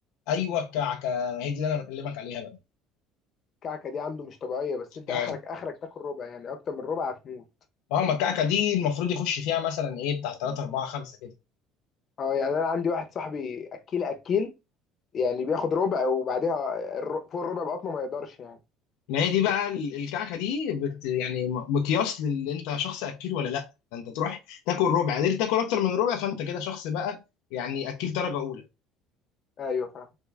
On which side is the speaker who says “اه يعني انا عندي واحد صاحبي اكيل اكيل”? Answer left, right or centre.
Left